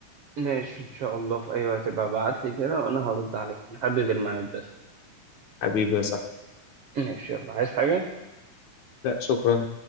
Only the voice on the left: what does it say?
حبيبي يا صاحبي
لا شكرا